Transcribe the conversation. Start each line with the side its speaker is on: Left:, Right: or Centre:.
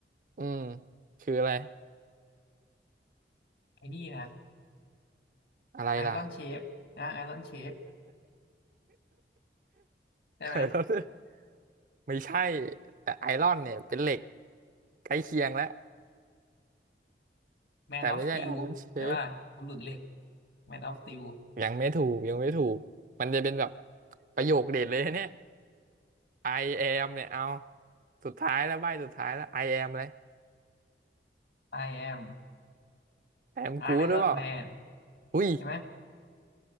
Right: อืมคืออะไร
Left: ไอ้นี่นะ
Right: อะไรล่ะ
Left: ไอรอนเชฟนะไอรอนเชฟได้ไหม
Right: <laughs> ไม่ใช่ แต่ไอรอนเนี่ยเป็นเหล็กใกล้เคียงแล้ว
Left: แมนออฟสตีลใช่ป่ะบุรุษเหล็ก
Right: แต่ไม่ใช่ไอรอนเชฟ
Left: แมนออฟสตีล
Right: ยังไม่ถูกยังไม่ถูก มันจะเป็นแบบประโยคเด็ดเลยเนี่ย I am เนี่ยเอา สุดท้ายแล้วใบสุดท้ายแล้ว I am เลย
Left: I am
Right: I am good
Left: Iron
Right: หรือเปล่า
Left: Man
Right: อุ้ย
Left: ใช่ไหม